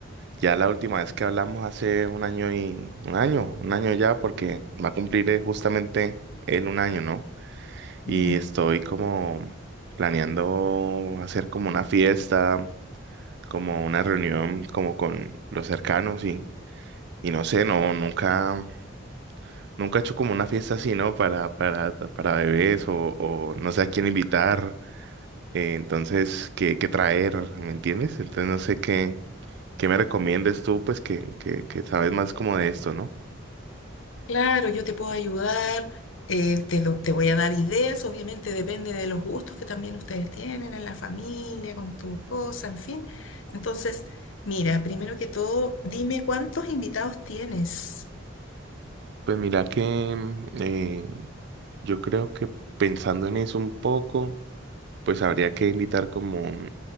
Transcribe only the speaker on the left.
Ya.
Claro, yo te puedo ayudar. eh, te, lo- te voy a dar ideas. Obviamente depende de los gustos que también ustedes tienen en la familia, con tu esposa, en fin. Entonces, mira, primero que todo, dime cuántos invitados tienes.